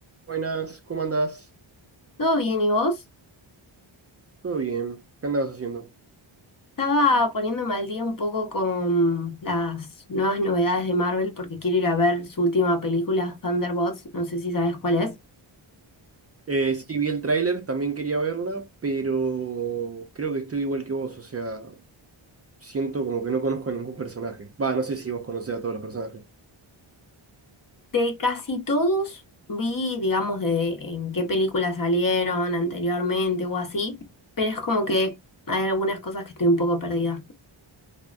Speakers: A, on the right; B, on the left.
A: Buenas, ¿cómo andás?
B: Todo bien, ¿y vos?
A: Todo bien, ¿qué andabas haciendo?
B: Estaba poniéndome al día un poco con las nuevas novedades de Marvel porque quiero ir a ver su última película, Thunderbolts, no sé si sabes cuál es.
A: Eh, sí, vi el tráiler, también quería verla, pero creo que estoy igual que vos, o sea, siento como que no conozco a ningún personaje. Va, no sé si vos conocés a todos los personajes.
B: De casi todos vi, digamos, de en qué películas salieron anteriormente o así, pero es como que hay algunas cosas que estoy un poco perdida.